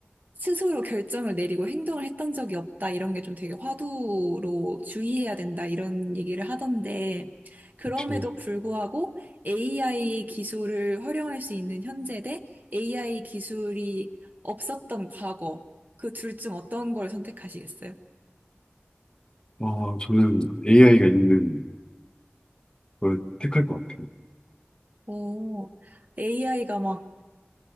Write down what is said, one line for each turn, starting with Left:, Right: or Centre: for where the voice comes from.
Right: 스스로 결정을 내리고 행동을 했던 적이 없다. 이런 게 좀 되게 화두로 주의해야 된다. 이런 얘기를 하던데, 그럼에도
Left: 저,
Right: 불구하고 AI 기술을 활용할 수 있는 현재 대 AI 기술이 없었던 과거, 그 둘 중 어떤 걸 선택하시겠어요?
Left: 아, 저는 AI가 있는 걸 택할 것 같아요.
Right: 오, AI가 막